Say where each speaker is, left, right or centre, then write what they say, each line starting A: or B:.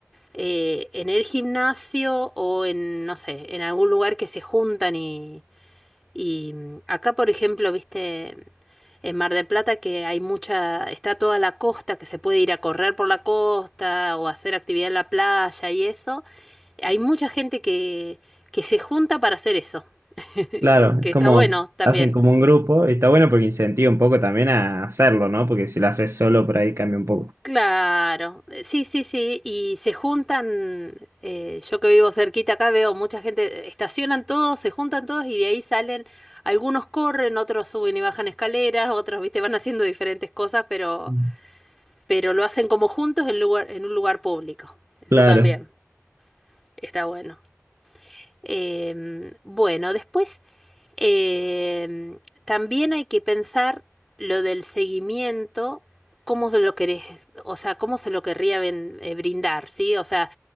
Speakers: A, in the centre; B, on the right.
A: eh, en el gimnasio o en, no sé, en algún lugar que se juntan y, y mm, acá, por ejemplo, viste, en Mar del Plata que hay mucha, está toda la costa, que se puede ir a correr por la costa o hacer actividad en la playa y eso. Hay mucha gente que, que se junta para hacer eso, <laughs> que
B: Claro, es como
A: está bueno también.
B: hacen como un grupo y está bueno porque incentiva un poco también a hacerlo, ¿no? Porque si lo haces solo por ahí cambia un poco.
A: Claro, eh, sí, sí, sí, y se juntan, eh, yo que vivo cerquita acá veo mucha gente, estacionan todos, se juntan todos y de ahí salen, algunos corren, otros suben y bajan escaleras, otros, viste, van haciendo diferentes cosas, pero,
B: Mm.
A: pero lo hacen como juntos en lugar, en un lugar público. Eso
B: Claro,
A: también está bueno. Em, bueno, después em, también hay que pensar lo del seguimiento, cómo se lo querés, o sea, cómo se lo querría ven- eh, brindar, ¿sí? O sea,